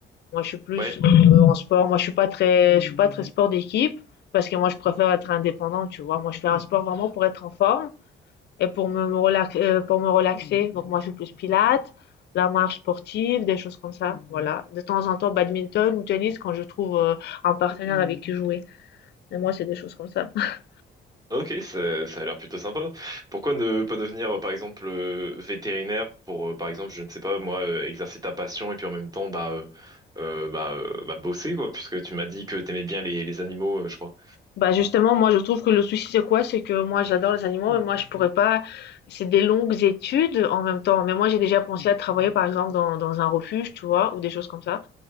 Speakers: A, on the left (about 60°); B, on the right (about 20°).
A: Moi, je suis plus
B: Ouais,
A: euh, en sport. Moi, je suis pas très, je suis pas très sport d'équipe parce que moi, je préfère être indépendante, tu vois. Moi, je fais un sport vraiment pour être en forme et pour me, me relax- euh, pour me relaxer. Donc, moi, je suis plus pilates, la marche sportive, des choses comme ça. Voilà. De temps en temps, badminton ou tennis quand je trouve euh, un partenaire avec qui jouer. Mais moi, c'est des choses comme ça. <laughs>
B: ok, ça, ça a l'air plutôt sympa. Pourquoi ne pas devenir, euh, par exemple, euh, vétérinaire pour, euh, par exemple, je ne sais pas, moi, euh, exercer ta passion et puis en même temps, bah, euh, euh, bah, euh, bah, bosser, quoi, puisque tu m'as dit que t'aimais bien les, les animaux, euh, je crois.
A: Bah, justement, moi, je trouve que le souci, c'est quoi? C'est que moi, j'adore les animaux, mais moi, je pourrais pas. C'est des longues études en même temps. Mais moi, j'ai déjà pensé à travailler, par exemple, dans, dans un refuge, tu vois, ou des choses comme ça.